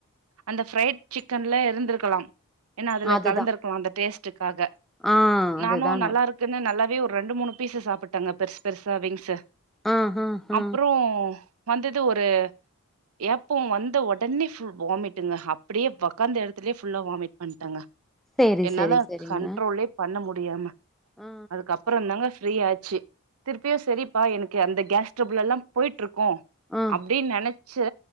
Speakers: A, on the right; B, in the centre.
A: அந்த ஃப்ரைட் சிக்கன்ல இருந்திருக்கலா ஏன்னா அதுல
B: அதுதா
A: கலந்திருக்கலா அந்த டேஸ் க்காக
B: ஆ
A: நானும்
B: அதுதான
A: நல்லா இருக்குன்னு நல்லாவே ஒரு ரெண்டு மூணு பீஸு சாப்புட்டங்க பெருசு பெருசா விங்ஸ்ஸு
B: ஆ ஆ ஆ
A: அப்றொ வந்தது ஒரு ஏப்போ வந்த ஒடனே ஃபுல் வாமிட்டுங்க அப்படியே வொக்காந்த எடத்துலயே ஃபுல்லா வாமிட் பண்ட்டங்க
B: சேரி
A: என்னால
B: சேரி சேரிங்க
A: கண்ட்ரோலே பண்ண முடியாம
B: ஆ
A: அதுக்கப்புறந்தாங்க ஃப் ஃப்ரீ ஆச்சு திருப்பியு சரிப்பா எனக்கு அந்த கேஸ் ட்ரபுல் எல்லாஃபோய்ட் ட்டுருக்கு
B: ஆ
A: அப்டின் நெனச்சு